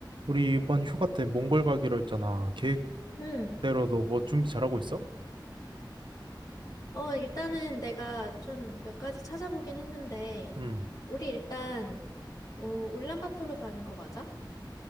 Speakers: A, on the right; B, on the left.
A: 우리 이번 휴가 때 몽골 가기로 했잖아. 계획대로
B: 응.
A: 너 뭐 준비 잘하고 있어?
B: 어, 일단은 내가 좀 몇 가지 찾아보긴 했는데,
A: 응.
B: 우리 일단, 어, 울란바토르 가는 거 맞아?